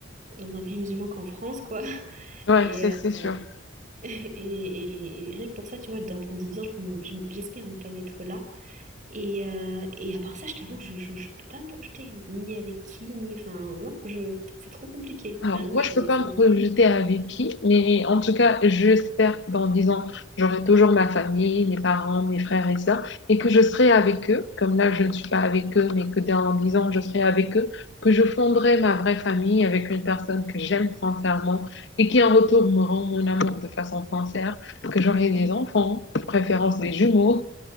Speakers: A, on the right; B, on the left.
A: dans un pays musulman qu'en France, quoi. <laughs>
B: Ouais,
A: Et,
B: c'est
A: euh,
B: c'est sûr.
A: <laughs> et, et- et rien que pour ça, tu vois, dans 10 ans, je m- je m- j'espère ne pas être là. Et, euh, et à part ça, je t'avoue que je, je, je peux pas me projeter, ni avec qui, ni... Enfin, non, je, c'est trop compliqué.
B: Alors,
A: Vraiment,
B: moi,
A: je,
B: je peux pas
A: c'est
B: me
A: un-
B: projeter avec qui, mais en tout cas, j'espère que dans 10 ans, j'aurai toujours ma famille, mes parents, mes frères et sœurs, et que je serai avec eux, comme là, je ne suis pas avec eux, mais que dans 10 ans, je serai avec eux, que je fonderai ma vraie famille avec une personne que j'aime sincèrement et qui, en retour, me rend mon amour de façon sincère, que j'aurai des
A: Mhm.
B: enfants, de préférence des jumeaux,